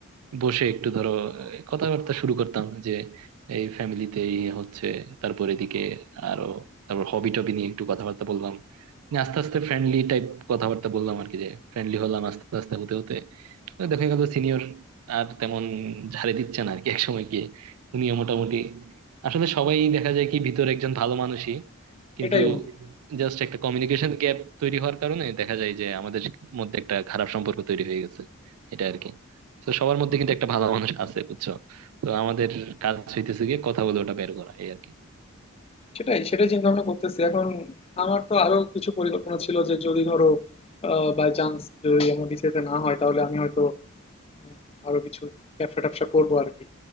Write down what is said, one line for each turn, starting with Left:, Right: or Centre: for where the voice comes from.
Right: বসে একটু ধরো আহ, কথাবার্তা শুরু করতাম যে এই ফ্যামিলিতে এই হচ্ছে তারপর এদিকে আরো তারপর হবি টবি নিয়ে একটু কথাবার্তা বললাম নিয়ে আস্তে আস্তে ফ্রেন্ডলি টাইপ কথাবার্তা বললাম আর কি যে ফ্রেন্ডলি হলাম আস্তে আস্তে হতে হতে তো দেখা গেল সিনিয়র আর তেমন ঝাড়ে দিচ্ছে না আর কি একসময় গিয়ে উনিও মোটামুটি আসলে সবাই দেখা যায় কি ভিতরে একজন ভালো মানুষই কিন্তু
Left: এটাই বন্ধু
Right: জাস্ট একটা কমিউনিকেশন গ্যাপ তৈরি হওয়ার কারণে দেখা যায় যে আমাদের মধ্যে একটা খারাপ সম্পর্ক তৈরি হয়ে গেছে এটা আর কি তো সবার মধ্যে কিন্তু একটা ভালো মানুষ আছে বুঝছো তো আমাদের কাজ হইতেছে গিয়ে কথা বলে ওটা বের করা এই আর কি
Left: সেটাই সেটাই চিন্তা ভাবনা করতেছি এখন আমার তো আরো কিছু পরিকল্পনা ছিল যে যদি ধরো বাই চান্স যদি আমার বিসিএস না হয় তাহলে আমি হয়তো উম, আরো কিছু ব্যবসা ট্যাবসা করবো আর কি